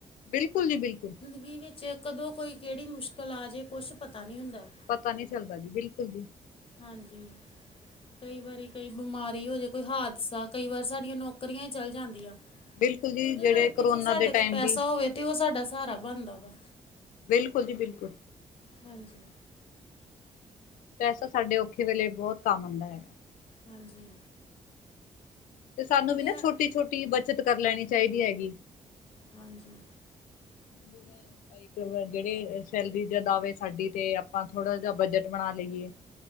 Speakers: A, on the left; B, on the left.
A: ਬਿਲਕੁੱਲ ਜੀ ਬਿਲਕੁੱਲ।
B: ਵੀ ਵਿੱਚ ਕਦੋਂ ਕੋਈ ਕੇੜੀ ਮੁਸ਼ਕਿਲ ਆਜੇ ਕੁਛ ਪਤਾ ਨੀ ਹੁੰਦਾ।
A: ਪਤਾ ਨੀ ਚੱਲਦਾ ਜੀ ਬਿਲਕੁੱਲ ਜੀ।
B: ਹਾਂਜੀ। ਕਈ ਵਾਰੀ ਕਈ ਬਿਮਾਰੀ ਹੋਜੇ, ਕੋਈ ਹਾਦਸਾ ਕਈ ਵਾਰ ਸਾਡੀਆਂ ਨੌਕਰੀਆਂ ਈ ਚੱਲ ਜਾਂਦੀਆਂ।
A: ਬਿਲਕੁਲ ਜੀ
B: ਤੇ ਉਦੇ
A: ਜਿਹੜੇ
B: ਕਰਕੇ
A: ਕਰੋਨਾ
B: ਜੇ ਸਾਡੇ
A: ਦੇ
B: ਕੋਲ
A: ਟਾਈਮ
B: ਪੈਸਾ
A: ਵੀ
B: ਹੋਵੇ ਤੇ ਓ ਸਾਡਾ ਸਹਾਰਾ ਬਣਦਾ ਵਾ।
A: ਬਿਲਕੁੱਲ ਜੀ ਬਿਲਕੁੱਲ।
B: ਹਾਂਜੀ।
A: ਪੈਸਾ ਸਾਡੇ ਔਖੇ ਵੇਲੇ ਬੋਤ ਕੰਮ ਆਂਦਾ ਹੈਗਾ।
B: ਹਾਂਜੀ।
A: ਤੇ ਸਾਨੂੰ
B: ਵਧੀਆ
A: ਵੀ ਨਾ ਛੋਟੀ-ਛੋਟੀ ਬੱਚਤ ਕਰ ਲੈਣੀ ਚਾਈਦੀ ਹੈਗੀ।
B: ਹਾਂਜੀ।
A: ਜਿਵੇਂ ਕਈ ਕਰ ਵਾਰ ਜੇੜੇ ਸੈਲਰੀ ਜਾਂ ਦਾਵੇ ਸਾਡੀ ਤੇ ਆਪਾਂ ਥੋੜਾ ਜਾ ਬਜਟ ਬਣਾ ਲਈ ਏ।